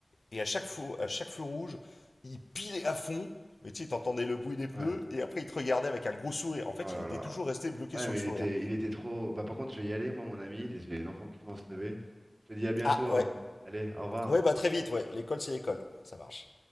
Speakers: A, on the left; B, on the right.
A: et à chaque feu à chaque feu rouge il pilait à fond mais tu sais t'entendais le bruit des pneus
B: Ouais.
A: et après il te regardait avec un gros sourire en fait
B: Oh là
A: il était
B: là.
A: toujours resté bloqué
B: Ouais,
A: sur
B: mais
A: le sourire
B: il était, il était trop... Bah par contre, je vais y aller, moi, mon ami, les, les enfants qui vont se lever. Je te dis à bientôt,
A: ah ouais
B: hein. Allez, au revoir.
A: ouais bah très vite ouais l'école c'est l'école ça marche